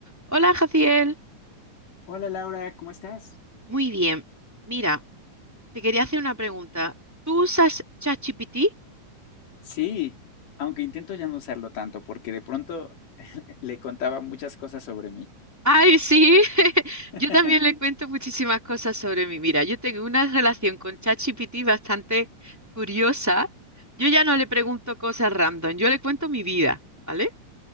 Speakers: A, in the centre; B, on the left (about 85°).
A: Hola, Jaciel.
B: Hola Laura, ¿cómo estás?
A: Muy bien. Mira, te quería hacer una pregunta. ¿Tú usas ChatGPT?
B: Sí, aunque intento ya no usarlo tanto porque de pronto le contaba muchas cosas sobre mí.
A: Ay, sí. <laughs>
B: <laughs>
A: Yo también le cuento muchísimas cosas sobre mí. Mira, yo tengo una relación con ChatGPT bastante curiosa. Yo ya no le pregunto cosas random, yo le cuento mi vida, ¿vale?